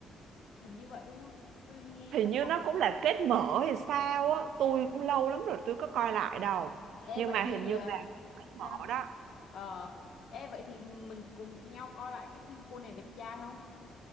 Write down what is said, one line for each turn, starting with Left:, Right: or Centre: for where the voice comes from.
Left: Hình như vậy đúng không? Tôi nghe
Right: hình
Left: tôi
Right: như
Left: có.
Right: nó cũng
Left: tôi
Right: là
Left: có-
Right: kết mở hay sao á tôi
Left: Ờ.
Right: cũng lâu lắm rồi tôi có coi lại đâu
Left: Ê
Right: nhưng
Left: vậy
Right: mà hình
Left: thì
Right: như
Left: ờ,
Right: là kết mở
Left: sao?
Right: đó
Left: Ờ, ê vậy thì mình cùng nhau coi lại cái phim cô nàng đẹp trai không?